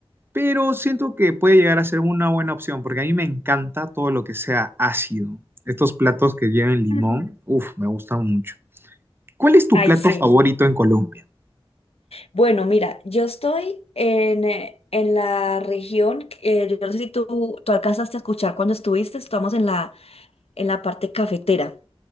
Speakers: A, on the right; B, on the left.
A: pero siento que puede llegar a ser una buena opción porque a mí me encanta todo lo que sea ácido. Estos platos que lleven limón,
B: Mm.
A: uff, me gustan mucho. ¿Cuál es tu
B: Ay,
A: plato
B: sí.
A: favorito en Colombia?
B: Bueno, mira, yo estoy en, eh, en la región, eh, yo no sé si tú, tú alcanzaste a escuchar cuando estuviste, estamos en la, en la parte cafetera